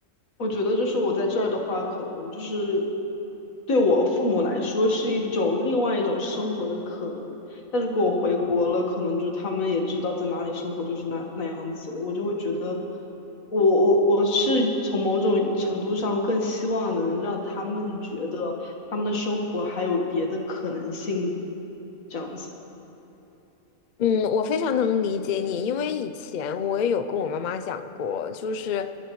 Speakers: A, on the left; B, on the left.
A: 我觉得就是我在这儿的话，可能就是对我父母来说是一种另外一种生活的可能。但如果我回国了，可能就他们也知道在哪里生活就是那那样子了，我就会觉得我，我我是从某种程度上更希望能让他们觉得他们的生活还有别的可能性，这样子。
B: 嗯，我非常能理解你，因为以前我也有跟我妈妈讲过，就是